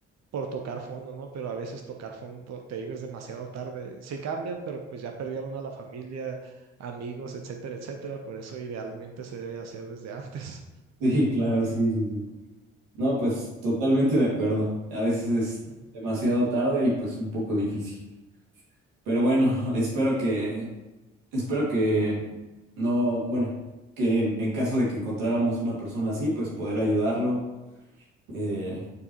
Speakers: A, on the right; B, on the right.
A: por tocar fondo, ¿no? Pero a veces tocar fondo, te digo, es demasiado tarde. Sí cambian, pero pues ya perdieron a la familia, amigos, etcétera, etcétera. Por eso idealmente se debe hacer desde <laughs> antes.
B: sí, claro, sí, sí, sí. No, pues totalmente de acuerdo. A veces es
A: Ujú.
B: demasiado tarde y pues un poco difícil. Pero bueno, espero que, espero que no, bueno, que en, en caso de que encontráramos una persona así, pues poder ayudarlo. Eh,